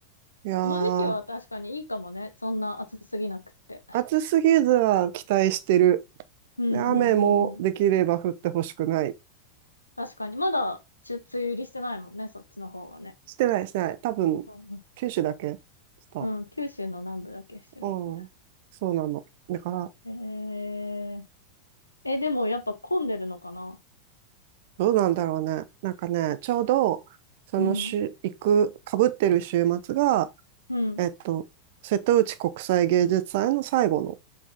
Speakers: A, on the right (about 50°); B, on the left (about 80°).
A: いやー、
B: この時期は確かにいいかもね。そんな暑すぎなくって。
A: 暑すぎずは期待してる。
B: うんうんうんうん。
A: で雨もできれば降ってほしくない。
B: 確かに。まだ、ちゅ梅雨入りしてないもんね。そっちの方はね。
A: してない、してない。多分、
B: うん
A: 九州だけした。
B: うん。うん、九州の南部だけしてるもんね。
A: うん。そうなの。だから、
B: えー、え、でもやっぱ混んでるのかな
A: どうなんだろうね。なんかね、ちょうど、その週、
B: うん。
A: 行く、かぶってる週末が、
B: うん。
A: えっと、瀬戸内国際芸術祭の最後の